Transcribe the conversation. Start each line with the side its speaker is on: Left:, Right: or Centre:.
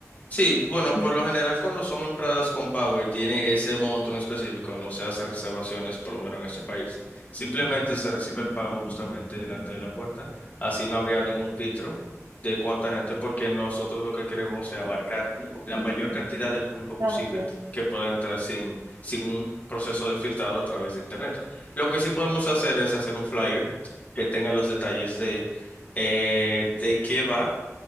Left: Sí, bueno,
Right: Mm,
Left: por lo general cuando son entradas con pago y tiene ese monto en específico, no se hace reservaciones, por lo menos en este país. Simplemente se recibe el pago justamente delante de la puerta. Así no habría ningún filtro de cuánta gente, porque nosotros lo que queremos es abarcar la mayor cantidad de público posible
Right: claro, ya.
Left: que pueda entrar sin, sin un proceso de filtrado a través de Internet. Lo que sí podemos hacer es hacer un flyer que tenga los detalles de, eh, de qué va